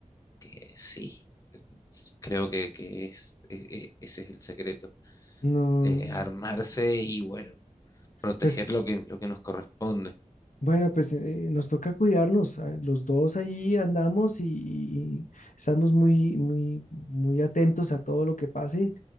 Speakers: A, on the left (about 25°); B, on the left (about 70°).
A: que sí, creo que, que es, e- e- ese es el secreto.
B: no.
A: Eh, armarse y bueno, proteger
B: Pues
A: lo que, lo que nos corresponde.
B: Bueno, pues eh, eh, nos toca cuidarnos. ah, Los dos ahí andamos y, y estamos muy, muy, muy atentos a todo lo que pase.